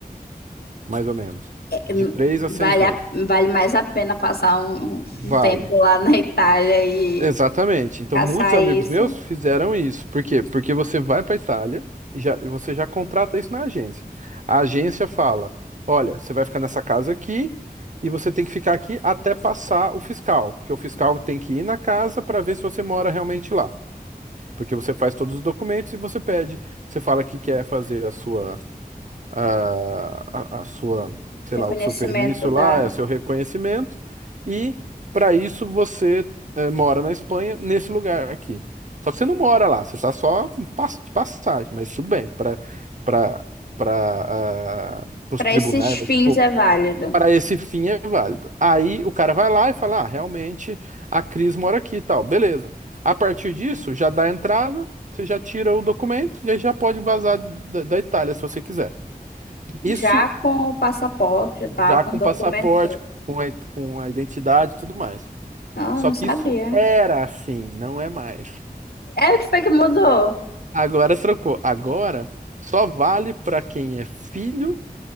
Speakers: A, on the right; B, on the left.
A: mais ou menos.
B: hum,
A: De três a
B: Vale,
A: seis meses.
B: a- vale mais a pena passar um,
A: Vale.
B: um tempo lá na Itália e
A: Exatamente. Então,
B: caçar
A: muitos amigos
B: isso.
A: meus fizeram isso. Por quê? Porque você vai para Itália e já, e você já contrata isso na agência. A agência fala: olha, você vai ficar nessa casa aqui e você tem que ficar aqui até passar o fiscal. Porque o fiscal tem que ir na casa para ver se você mora realmente lá. Porque você faz todos os documentos e você pede. Você fala que quer fazer a sua a, a, a sua, sei
B: Reconhecimento
A: lá, o seu permisso
B: da.
A: lá, é seu reconhecimento, e para isso você eh, mora na Espanha, nesse lugar aqui. Só que você não mora lá, você está só em pas- de passagem, mas tudo bem, para para para os
B: Para
A: tribunais,
B: esses fins
A: né? Tipo,
B: é válido.
A: para esse fim é válido. Aí o cara vai lá e fala, ah, realmente a Cris mora aqui e tal, beleza. A partir disso, já dá a entrada, você já tira o documento e aí já pode vazar da da Itália se você quiser. Isso
B: Já com o passaporte e tal,
A: já
B: com
A: com
B: os documentos.
A: passaporte, com a, com a identidade e tudo mais.
B: Não,
A: Só
B: não
A: que
B: sabia.
A: isso era assim, não é mais.
B: É o que foi que mudou?
A: Agora trocou. Agora só vale para quem é filho